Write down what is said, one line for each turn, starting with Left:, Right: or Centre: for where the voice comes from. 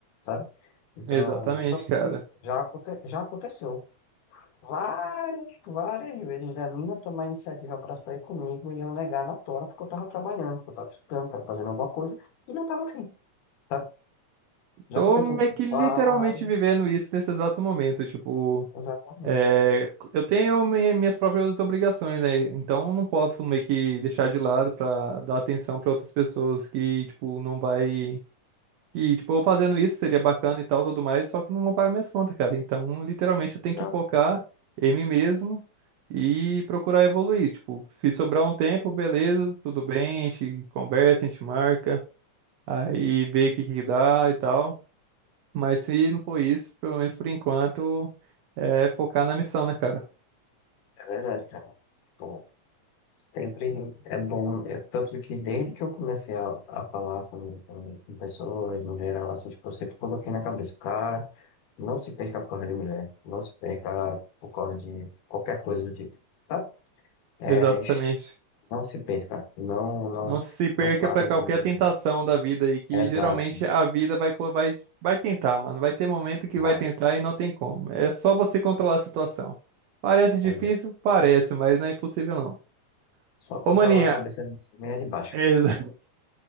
Left: sabe? Então,
Right: Exatamente,
Left: tanto
Right: cara.
Left: que já, aconte, já aconteceu. Várias, várias vezes da mina tomar iniciativa pra sair comigo e eu negar na tora porque eu tava trabalhando, porque eu tava estudando, tava fazendo alguma coisa e não tava afim, sabe? Já
Right: Tô
Left: aconteceu.
Right: meio que literalmente
Left: Várias,
Right: vivendo isso nesse exato momento. Tipo,
Left: exatamente.
Right: É, eu tenho mi- minhas próprias obrigações, né? Então eu não posso meio que deixar de lado pra dar atenção pra outras pessoas que, tipo, não vai. Que, tipo, eu fazendo isso seria bacana e tal, tudo mais, só que não vão pagar minhas contas, cara. Então, literalmente, eu tenho
Left: exato.
Right: que focar em mim mesmo e procurar evoluir. Tipo, se sobrar um tempo, beleza, tudo bem, a gente conversa, a gente marca, aí vê o que que dá e tal. Mas se não for isso, pelo menos por enquanto, é focar na missão, né, cara?
Left: É verdade, cara. Tipo, sempre é bom. É tanto que desde que eu comecei a, a falar com, com, com pessoas, no geral, assim, tipo, eu sempre coloquei na cabeça, cara, não se perca por causa de mulher, não se perca por causa de qualquer coisa do tipo, tá? É,
Right: Exatamente.
Left: Não se perca. Não, não,
Right: Não se perca
Left: não pare
Right: pra qualquer
Left: de.
Right: tentação da vida aí, que
Left: Exato,
Right: geralmente a vida vai, colo- vai, vai tentar, mano. Vai ter momento que
Left: vai,
Right: vai tentar e não tem como. É só você controlar a situação. Parece difícil?
Left: exato.
Right: Parece, mas não é impossível, não.
Left: Só
Right: Ô,
Left: controlar
Right: maninha,
Left: a cabeça de cima e a de baixo.
Right: exa-